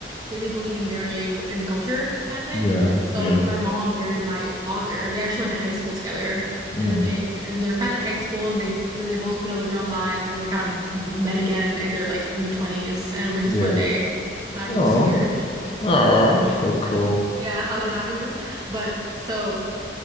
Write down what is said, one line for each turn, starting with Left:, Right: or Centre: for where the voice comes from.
Right: they they believe in marrying within the culture kind of thing.
Left: yeah,
Right: So
Left: yeah.
Right: when my mom married my father, they actually went to high school together,
Left: Mm.
Right: and then they and they're friends at high school, and they and they both you know lived their own lives, and they kind of met again in their like mid twenties, and which is
Left: Yeah.
Right: when they decided
Left: Oh,
Right: to pursue marriage.
Left: oh,
Right: Yeah,
Left: that's so cool.
Right: actually- yeah, how that happened. But so